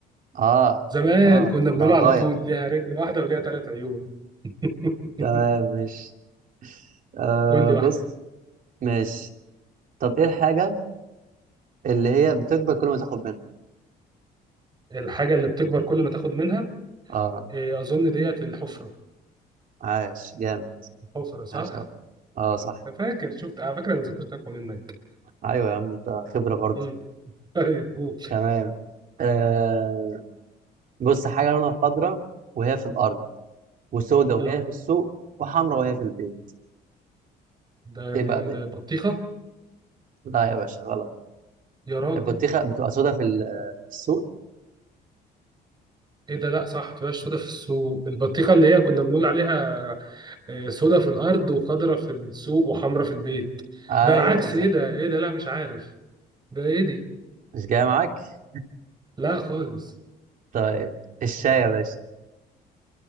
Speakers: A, on the right; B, on the right.
A: آه
B: زمان
A: آه
B: كنا بنقول
A: ده أنا
B: على
A: ضايع
B: طول ليها رجل واحدة وليها ثلاث عيون <laughs>
A: تمام مش آه
B: قول لي واحدة
A: بص مش طب إيه الحاجة اللي هي بتكبر كل ما تاخد منها
B: الحاجة اللي بتكبر كل ما تاخد منها
A: آه
B: إيه، أظن ديت الحفرة
A: عاش جامد
B: الحفرة صح؟
A: عاش أوي آه صح
B: أنا فاكر شفت على فكرة أنا ذاكرتي أقوى منك
A: أيوة يا عم أنت خبرة برضه
B: مم. <laughs> طيب قول
A: تمام آه بص حاجة لونها خضرا وهي في الأرض وسودة وهي
B: مم.
A: في السوق وحمرا وهي في البيت
B: ده
A: إيه
B: دي
A: بقى ده؟
B: البطيخة
A: لا يا باشا غلط
B: يا راجل
A: البطيخة بتبقى سودة في ال- في السوق
B: إيه ده لأ صح تبقاش سودا في السوق البطيخة اللي هي كنا بنقول عليها آه، سودا في الأرض وخضرة في السوق وحمرة في البيت
A: أيوة
B: ده العكس
A: بالظبط
B: إيه ده إيه ده لأ مش عارف ده إيه دي؟
A: مش جاية معاك؟
B: لأ خالص
A: طيب الشاي يا باشا